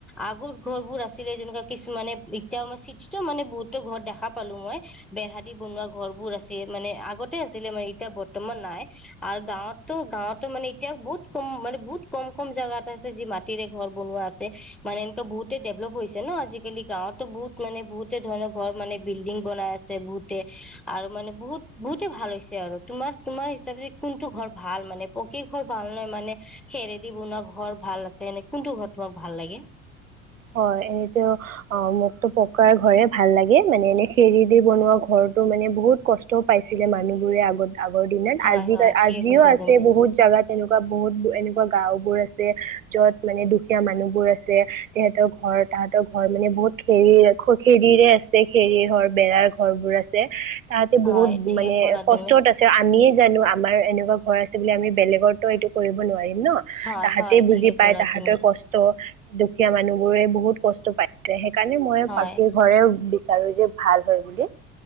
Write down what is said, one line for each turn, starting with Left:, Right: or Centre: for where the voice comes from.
Centre: আগৰ ঘৰ বোৰ আছিলে যেনেকুৱা কিছুমানে এতিয়াও মই চিটিতো মানে বহুতো ঘৰ দেখা পালো মই বেহা দি বনোৱা ঘৰ বোৰ আছে, মানে আগতে আছিলে মানে এতিয়া বৰ্তমান নাই আৰু গাঁৱতো, গাঁৱতো মানে এতিয়াও বহুত কম মানে বহুত কম-কম জেগাত আছে যি মাটিৰে ঘৰ বনোৱা আছে। মানে এনেকুৱা বহুতে ডেভলপ হৈছে ন, আজিকালি গাঁৱতো বহুত মানে বহুতে ধৰণৰ ঘৰ মানে বিল্ডিং বনাই আছে বহুতে আৰু মানে বহুত বহুতে ভাল হৈছে আৰু তোমাৰ তোমাৰ হিচাপে কোনটো ঘৰ ভাল মানে পকি ঘৰ ভাল নহয় মানে খেৰেদি বনোৱা ঘৰ ভাল আছে এনে কোনটো ঘৰ তোমাক ভাল লাগে?
Right: হয়, এনেতো অ মোকতো পকাৰ ঘৰে ভাল লাগে মানে এনে খেৰ দি বনোৱা ঘৰটো মানে বহুত কষ্টও পাইছিলে মানুহবোৰে আগতে আগৰ দিনত,
Centre: হয়
Right: আজি-আজিও
Centre: হয় ঠিকে কৈছা
Right: আছে
Centre: তুমি
Right: বহুত জাগা তেনেকুৱা বহুত এনেকুৱা গাওবোৰ আছে, যত মানে দুখীয়া মানুহ বোৰ আছে, তেহতৰ ঘৰ তাহতৰ ঘৰ মানে বহুত খেৰিৰে আছে খেৰি ঘৰ, বেৰাৰ ঘৰবোৰ আছে। তাহতে
Centre: হয়
Right: বহুত
Centre: ঠিকে
Right: মানে
Centre: ক'লা
Right: কষ্টত
Centre: তুমি
Right: আছে আমিয়ে জানো। আমাৰ এনেকুৱা ঘৰ আছে বুলি, আমি বেলেগৰতো এইটো কৰিব নোৱাৰিম। ন,
Centre: হয়
Right: তাহাঁতেই
Centre: হয় ঠিকে
Right: বুজি
Centre: ক'লা
Right: পাই তাহাঁতৰ
Centre: তুমি
Right: কষ্ট দুখীয়া মানুহবোৰে বহুত কষ্ট পাইছে। সেই কাৰণে মই
Centre: হয়।
Right: পাকি ঘৰে আৰু যে ভাল হয় বুলি।